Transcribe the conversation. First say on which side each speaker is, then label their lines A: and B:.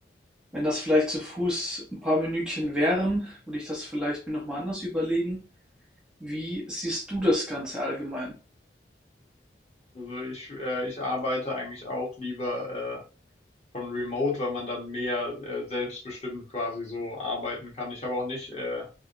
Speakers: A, in the centre; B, on the left (about 35°).
A: wenn das vielleicht zu Fuß ein paar Minütchen wären, würde ich das vielleicht mir nochmal anders überlegen. Wie siehst du das Ganze allgemein?
B: Also ich, äh, ich arbeite eigentlich auch lieber äh, von remote, weil man dann mehr äh, selbstbestimmt quasi so arbeiten kann. Ich habe auch nicht äh,